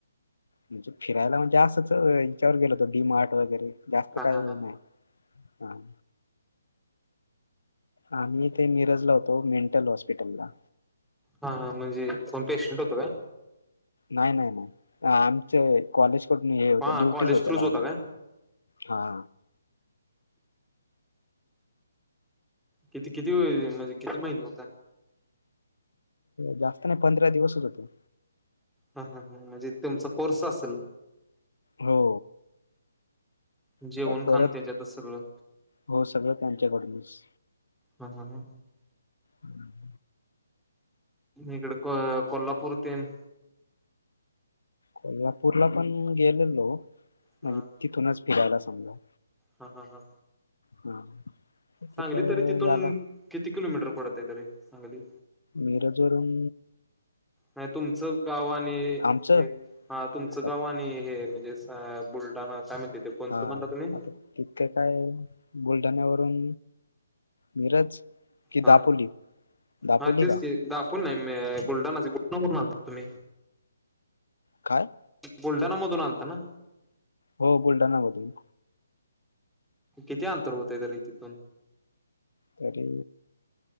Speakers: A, on the left (about 70°); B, in the centre.
A: म्हणजे फिरायला आसच याच्यावर गेलोतो, डीमार्ट वगैरे,, जास्त
B: हा
A: काही
B: हा हा
A: नाही. हम, आम्ही इथे मिरज ला होतो, मेंटल हॉस्पिटलला.
B: हा, ह म्हणजे कोण पेशंट होत काय?
A: नाही, नाही, नाही आमचे कॉलेज कडून हे होतं,,
B: काय
A: ड्युटीच
B: हा कॉलेज
A: होते्या
B: थ्रूच
A: लावऽ
B: होता काय
A: हा,
B: किती, किती म्हणजे किती महिने होता?
A: जास्त नाही पंधरा दिवसच होतो.
B: हा, ह, ह म्हणजे तुमचा कोर्स असेल.
A: हो,
B: जेवण
A: आता परत
B: खाणं त्याच्यातच सगळं.
A: हो सगळं त्यांच्याकडूनच.
B: हम,, हा ह,
A: हम्म,
B: इकडं कोल्हापूर तेनऽ
A: कोल्हापूरला पण गेलेलो,,
B: हा
A: म्हणजे तिथूनच फिरायला समजाऽ
B: हा, हा, हा
A: हा.
B: सांगली
A: तिथं
B: तरी तिथून
A: याला
B: किती किलोमीटर पडत आहे तरी सांगली.
A: मीरा जोरून
B: नाही तुमचं गाव आणि
A: आमचं
B: हे हा तुमचं
A: आता
B: गाव आणि हे म्हणजे अ बुलढाणा अस मा ते कोणतं
A: हा
B: म्हणला तुम्ही
A: आता तितके काय बुलढाण्यावरून मिरज कि
B: हा
A: दापोली दापोली
B: हा तेच
A: का
B: दाफोल नाही बुलढाणा बुलढाून आण तुम्ही
A: काय
B: गुलडाणा मधून आलत ना
A: हो बोलताा ना मग तु्ही
B: किती अंतर होत आहे तररी तिथून
A: तरी